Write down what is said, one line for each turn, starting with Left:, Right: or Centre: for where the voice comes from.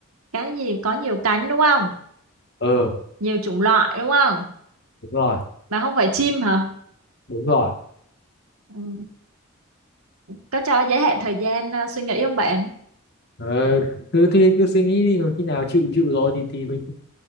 Right: cái gì có nhiều cánh đúng không
Left: ừ,
Right: nhiều chủng loại đúng không
Left: đúng rồi,
Right: mà không phải chim hả
Left: đúng rồi.
Right: ừ. có cho giới hạn thời gian à, suy nghĩ không bạn
Left: Ờ, cứ thi cứ suy nghĩ đi mà khi nào chịu chịu rồi thì thì mình